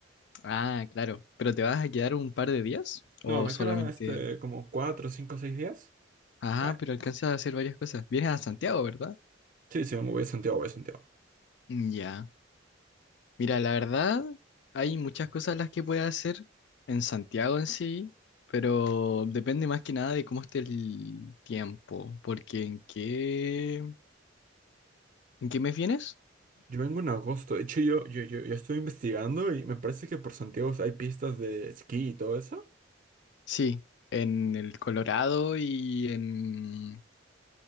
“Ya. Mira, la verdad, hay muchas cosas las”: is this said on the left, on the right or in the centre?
Left